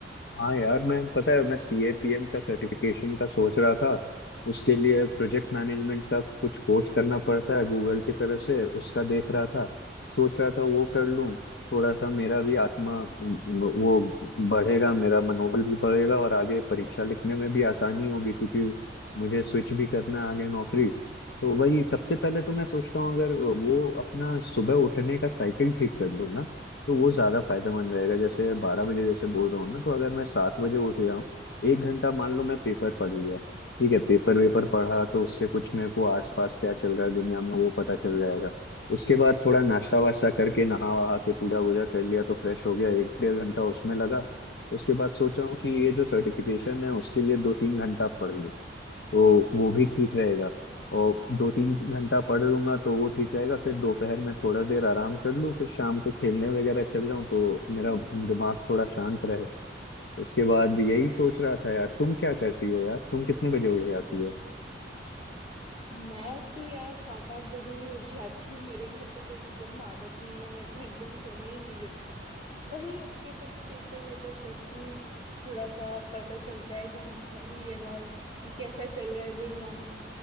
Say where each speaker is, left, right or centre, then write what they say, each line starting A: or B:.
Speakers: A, on the left; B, on the left.
A: हाँ यार मैं पता है मैं सी ए पी एम का सर्टिफिकेशन का सोच रहा था उसके लिए प्रोजेक्ट मैनेजमेंट का कुछ कोर्स करना पड़ता है गूगल की तरफ से उसका देख रहा था सोच रहा था वो कर लूँ थोड़ा सा मेरा भी आत्मा उम, वो बढ़ेगा मेरा मनोबल भी बढ़ेगा और आगे परीक्षा लिखने में भी आसानी होगी क्योंकि मुझे स्विच भी करना है आगे नौकरी तो वही सबसे पहले तो मैं सोचता हूँ अगर वो अपना सुबह उठने का साइकिल ठीक कर लो ना तो वो ज्यादा फायदेमंद रहेगा जैसे बारह बजे जैसे बोल रहा हूँ ना तो अगर मैं सात बजे उठ जाऊँ एक घंटा मान लो मैं पेपर पढ़ लिया ठीक है पेपर वेपर पढ़ा तो उससे कुछ मेरे को आसपास क्या चल रहा है दुनिया में वो पता चल जाएगा उसके बाद थोड़ा नाश्ता वाश्ता करके नहा वहा के पूजा वूजा कर लिया तो फ्रेश हो गया एक डेढ़ घंटा उसमें लगा उसके बाद सोचा हूँ कि ये जो सर्टिफिकेशन है उसके लिए दो तीन घंटा पढ़ लूँ तो वो भी ठीक रहेगा
B: हाँ
A: और दो तीन घंटा पढ़ लूंगा तो वो ठीक रहेगा फिर दोपहर में थोड़ा देर आराम कर लूँ फिर शाम को खेलने वगैरह चल जाऊँ तो मेरा
B: हम्म
A: दिमाग थोड़ा शांत रहे उसके बाद यही सोच रहा था यार तुम क्या करती हो यार तुम कितने बजे उठ जाती हो
B: मैं तो यार सात आठ बजे ही उठ जाती हूँ मेरे घर पे तो एकदम आदत नहीं है मेरे को एकदम सोने ही नहीं देता है वही उठ के फिर पेपर वेपर पढ़ती हूँ थोड़ा सा पता चलता है जानकारी एंड ऑल कि कैसा चल रहा है दुनिया में